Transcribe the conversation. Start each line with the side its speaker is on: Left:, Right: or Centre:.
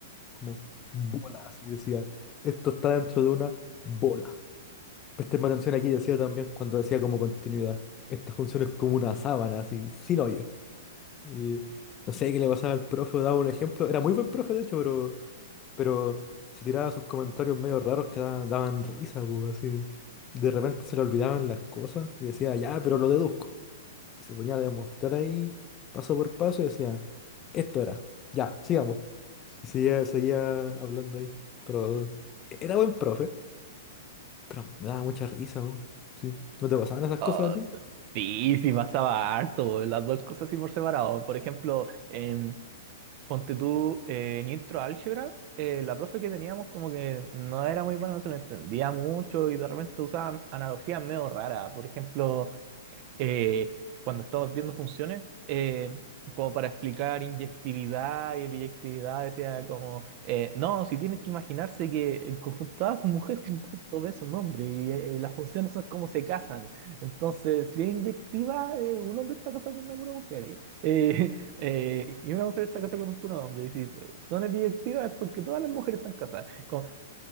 Left: Como bola, así decía, esto está dentro de una bola. Presten más atención aquí, decía también cuando decía como continuidad. Esta función es como una sábana, así, sin hoyo. Y no sé qué le pasaba al profe, daba un ejemplo. Era muy buen profe, de hecho, pero pero se tiraba sus comentarios medio raros que da- daban, risa, pues así. De repente se le olvidaban las cosas y decía, ya, pero lo deduzco. Y se ponía a demostrar ahí, paso por paso, y decía, esto era, ya, sigamos. Y seguía, seguía hablando ahí. Pero era buen profe, pero me daba mucha risa, ¿no? Sí. ¿No te pasaban esas
Right: Ah,
Left: cosas a ti?
Right: sí, sí pasaba harto, las dos cosas así por separado. Por ejemplo, em, ponte tú eh, en intro álgebra, eh, la profe que teníamos como que no era muy buena, no se la entendía mucho y de repente usaba analogías medio raras. Por ejemplo, eh, cuando estamos viendo funciones, eh, como para explicar inyectividad y biyectividad decía como, eh, no, si tienes que imaginarse que el conjunto A es mujer, conjunto B es un hombre, y eh, las funciones son como se casan. Entonces, si es inyectiva, eh, un hombre está casado con una pura mujer, y eh, <laughs> eh, y una mujer está casada con un puro hombre, y si son biyectivas es porque todas las mujeres están casadas. Como,